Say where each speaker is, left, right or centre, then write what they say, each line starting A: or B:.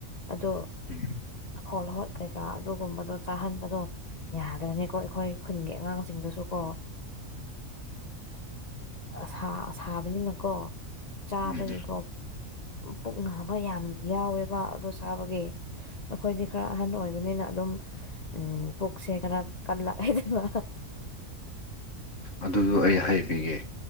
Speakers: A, on the left (about 40°); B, on the left (about 65°).
A: ꯑꯗꯣ
B: ꯎꯝ
A: ꯍꯣꯠ ꯍꯣꯠ ꯀꯩꯀꯥ ꯑꯗꯨꯒꯨꯝꯕꯗꯣ ꯆꯥꯍꯟꯕꯗꯣ ꯌꯥꯗꯕꯅꯤꯀꯣ ꯑꯩꯈꯣꯏ ꯈꯨꯟꯒꯤ ꯑꯉꯥꯡꯁꯤꯡꯗꯨꯁꯨꯀꯣ ꯑꯁ ꯁꯥꯕꯅꯤꯅꯀꯣ ꯆꯥꯕꯒꯤꯀꯣ
B: ꯎꯝ
A: ꯄꯨꯛꯅꯕ ꯌꯥꯝ ꯌꯥꯎꯋꯦꯕ ꯑꯗꯨ ꯁꯥꯕꯒꯤ ꯑꯩꯈꯣꯏꯗꯤ ꯈꯔ ꯑꯍꯟ ꯑꯣꯏꯕꯅꯤꯅ ꯑꯗꯨꯝ ꯎꯝ ꯄꯨꯛꯁꯦ ꯈꯔ ꯀꯜꯂꯛꯗꯕ
B: ꯑꯗꯨꯗꯣ ꯑꯩ ꯍꯥꯏꯕꯤꯒꯦ